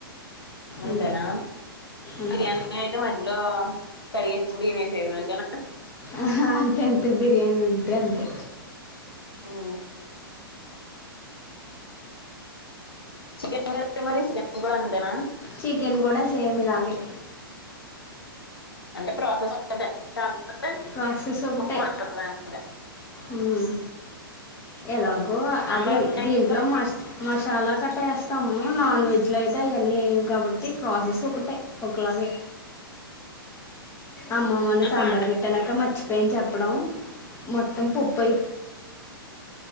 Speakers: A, on the left; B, on the left.
A: అంతేనా
B: అంతే అంతే
A: బిర్యానీ అయితే మధ్యలో కడిగేసుకొని బియ్యం వేసేయడం అంతేనా
B: ఆహా అంతే అంతే బిర్యానీ అంతే అంతే
A: ఉమ్, చికెన్ కర్రీ మరి చికెన్ కూడా అంతేనా
B: చికెన్ కూడా సేమ్ ఇలాగే
A: అంటే ప్రాసెస్ కాకపోతే
B: ప్రాసెస్ ఒకటే
A: మొత్తం మారుతది అంతే
B: ఉమ్ ఎలా గో
A: సాంబార్
B: అది
A: దానికి
B: దీంట్లో మ మసాలా ఒకటి ఏస్తాము నాన్ వెజ్ అట్లయితే అయన్నీ
A: ఉమ్,
B: వేయము కాబట్టి ప్రాసెస్ ఒకటే ఒకలాగే అమ్మో మొన్న
A: ఆ
B: సాంబార్
A: కాదు
B: పెట్టానక మర్చిపోయాను చెప్పడం మొత్తం పప్పుయి